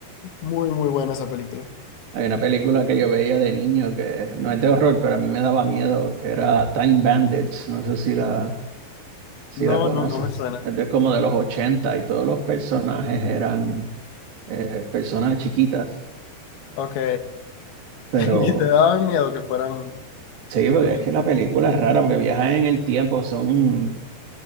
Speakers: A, on the left; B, on the right.
A: Muy, muy buena esa película.
B: Hay una película que yo veía de niño que no es de horror, pero a mí me daba miedo, que era Time Bandits. No sé si la, si
A: No,
B: la conoces.
A: no, no me suena.
B: Es de como de los 80 y todos los personajes eran eh, personas chiquitas.
A: Ok.
B: Pero
A: <laughs> Y te daban miedo que fueran
B: sí, porque
A: pequeños.
B: es que la película es rara porque viajan en el tiempo, son,